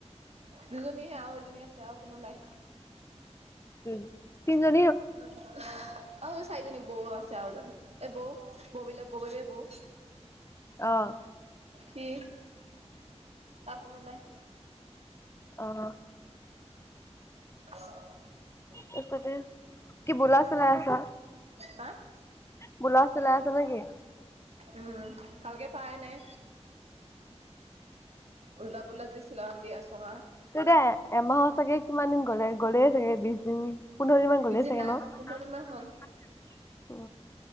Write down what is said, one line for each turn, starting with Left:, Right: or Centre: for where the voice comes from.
Right: দুজনীহে আৰু এজনী আছে আৰু কোনো নাই
Left: উ তিনিজন
Right: অ চাৰিজনী বৌ আছে আৰু এজনি এই বৌ বৌবলাক বৌবে বৌ
Left: আহ
Right: কি ত কোনো নাই
Left: অ',
Right: অ
Left: তছ কি বল চ ল আছা
Right: হা
Left: ব <unintelligible> চলাই আছ নেকি
Right: উম ভালকে পাই নাই উল্টা পো্লাজি চলা উ দিয়া চঙা
Left: তে দে এমাহৰ চাগে কিমান দিন গ'লে গ'লেই চাগে বিশ দিন পোন্ধৰ দিন মান গলে
Right: বিজি
Left: চাগে
Right: নাই
Left: ন উ
Right: হোৱা পোন্ধৰ দিন মান হ'ল